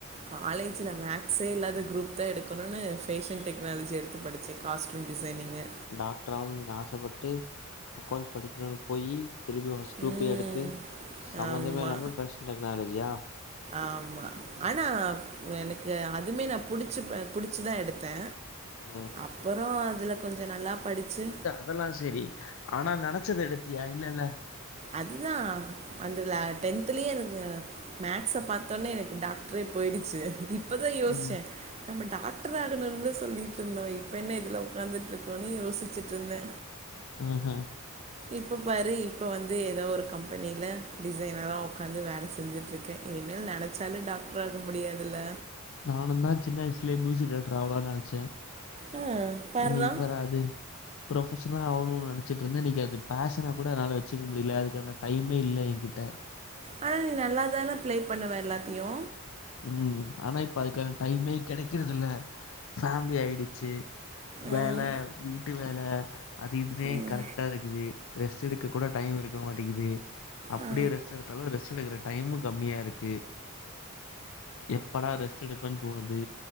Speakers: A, on the right; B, on the left.
A: காலேஜ்ல மேக்ஸே இல்லாத குரூப் தா எடுக்குணுனு ஃபேஷன் டெக்னாலஜி எடுத்து படிச்சே காஸ்ட்யூம் டிசைனிங்கு
B: டாக்டர் ஆகணுனு ஆசபட்டு அக்கௌண்ட்ஸ் படிக்கணும்னு போயி திருப்பி பிரஸ்டு குரூபே
A: ம்
B: எடுத்து சம்பமந்தமே
A: ஆமா
B: இல்லாம ஃபேஷன் டெக்னாலஜியா
A: ஆமா ஆனா
B: ம்
A: எனக்கு அதுமே நா புடிச்சு பிடிச்சுதா எடுத்தே
B: ம்
A: அப்புரோ அதுல கொஞ்சோ நல்லா படிச்சு
B: அதெல்லா சரி ஆனா நினைச்சது எடுத்தியா இல்லல்ல
A: அதுதா வந்துல டென்த்லயே எனக்கு மேக்ஸ பாத்தோடனே எனக்கு டாக்டரே போயிடுச்சு இப்பதா யோசிச்ச
B: ம்.
A: நம்ம டாக்டர் ஆகணும்னுல சொல்லிட்டு இருந்தோ இப்போ என்ன இதுல உக்காந்துட்ருக்கோன்னு யோசிச்சிட்டு இருந்தே
B: ம்ஹ்ம்
A: இப்போ பாரு இப்போ வந்து ஏதோ ஒரு கம்பெனியில டிசைனரா உக்காந்து வேல செஞ்சுட்டுருக்கே இனிமேல் நினச்சாலு டாக்டர் ஆக முடியாதில்ல
B: நானு தா சின்ன வயசலயே மியூசிக் டைரக்டர் ஆவளானு நினச்சே
A: ஆ பார்றா
B: இன்னைக்கு பார் அது ப்ரொஃபஷன்ஆகணும்னு நினச்சிட்டுருந்தே இன்னைக்கு அது ஃபேஷனா கூட என்னால வச்சுக்க முடியல அதுக்கான டைமே இல்ல எங்கிட்ட
A: ஆனா நீ நல்லா தானே ப்ளே பண்ணுவே எல்லாத்தையு
B: ம் ஆனா இப்ப அதுக்கான டைமே கெடைக்கறதில்ல ஃபேமிலி ஆயிடுச்சு வேல
A: ம்
B: வீட்டு வேல அது இதுனே
A: ம்
B: கரெக்டா இருக்குது ரெஸ்ட் எடுக்க கூட டைம் இருக்க மாட்டேங்குது அப்டியே
A: ஆ
B: ரெஸ்ட் எடுத்தாலு ரெஸ்ட் எடுக்கற டைமு கம்மியா இருக்கு எப்படா ரெஸ்ட் எடுப்பேன்னு தோணுது